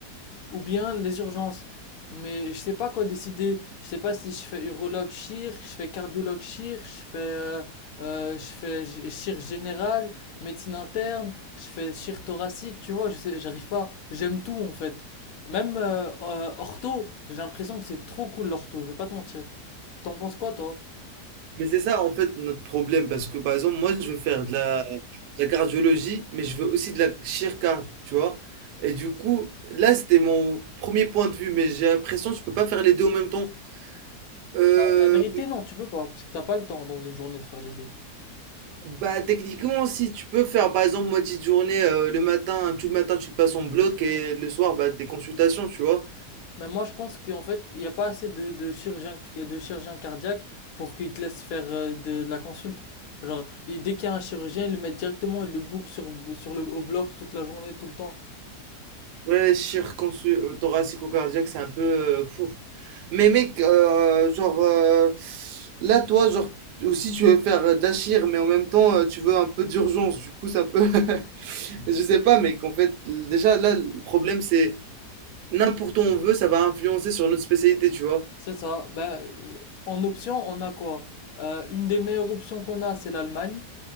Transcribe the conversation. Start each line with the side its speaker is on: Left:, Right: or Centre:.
Left: ou bien les urgences. Mais je sais pas quoi décider. Je sais pas si je fais urologue chir, je fais cardiologue chir, je fais euh, euh, je fais g- chir général, médecine interne, je fais chir thoracique, tu vois, je sais, j'arrive pas. J'aime tout en fait. Même euh, euh, ortho, j'ai l'impression que c'est trop cool l'ortho, je vais pas te mentir. T'en penses quoi toi?
Right: Mais c'est ça en fait notre problème parce que par exemple moi je veux faire de la, de la cardiologie mais je veux aussi de la chirurgie tu vois. Et du coup là c'était mon premier point de vue mais j'ai l'impression que tu peux pas faire les deux en même temps. Euh,
Left: Bah, la vérité non, tu peux pas parce que t'as pas le temps dans une journée de faire les deux.
Right: bah techniquement si tu peux faire par exemple moitié de journée euh, le matin tout le matin tu le passes en bloc et le soir bah des consultations tu vois.
Left: Mais moi, je pense qu'en fait, il n'y a pas assez de, de chirurgiens, de chirurgiens cardiaques pour qu'ils te laissent faire euh, de, de la consulte. Genre, et dès qu'il y a un chirurgien, ils le mettent directement, ils le bookent sur, sur le, au bloc toute la journée, tout le temps.
Right: Ouais, circoncis thoracico-cardiaque, c'est un peu euh, fou. Mais mec, euh, genre, euh, là, toi, genre, aussi, tu veux faire euh, d'achir, mais en même temps, euh, tu veux un peu d'urgence. Du coup, c'est un peu. <laughs> Je sais pas, mec, en fait, déjà, là, le problème, c'est n'importe où on veut, ça va influencer sur notre spécialité, tu vois.
Left: C'est ça. ben euh, en option, on a quoi? Euh, une des meilleures options qu'on a, c'est l'Allemagne.